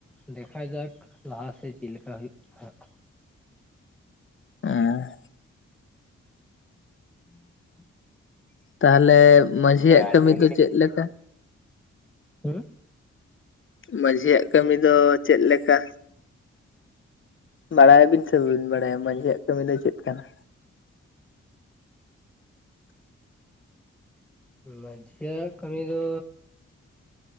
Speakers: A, in the centre; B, on the left.
A: ᱫᱮᱠᱷᱟ ᱡᱟᱠ ᱞᱟᱦᱟ ᱥᱮᱫ ᱪᱮᱫ ᱞᱮᱠᱟ ᱦᱩᱭᱩᱜ ᱠᱟᱱᱟ ᱦᱟᱜ
B: ᱦᱩᱸ
A: ᱪᱮᱫ ᱦᱚᱸ ᱵᱟᱝ ᱟᱸᱡᱚᱢᱚᱜ ᱠᱟᱱᱟ ᱾
B: ᱛᱟᱦᱚᱞᱮ ᱢᱟᱺᱡᱷᱤᱭᱟᱜ
A: ᱨᱟᱫᱷᱮ
B: ᱠᱟᱹᱢᱤ ᱫᱚ ᱪᱮᱫ ᱞᱮᱠᱟ?
A: ᱦᱩᱸ
B: ᱢᱟᱺᱡᱷᱤᱭᱟᱜ ᱠᱟᱹᱢᱤ ᱫᱚ ᱪᱮᱫ ᱞᱮᱠᱟ? ᱵᱟᱲᱟᱭ ᱟᱵᱤᱱ ᱥᱮ ᱵᱟᱹᱵᱤᱱ ᱵᱟᱲᱟᱭᱟ ᱢᱟᱺᱡᱷᱤᱭᱟᱜ ᱠᱟᱹᱢᱤ ᱫᱚ ᱪᱮᱫ ᱠᱟᱱᱟ
A: ᱢᱟᱹᱡᱷᱤᱭᱟᱜ ᱠᱟᱹᱢᱤ ᱫᱚ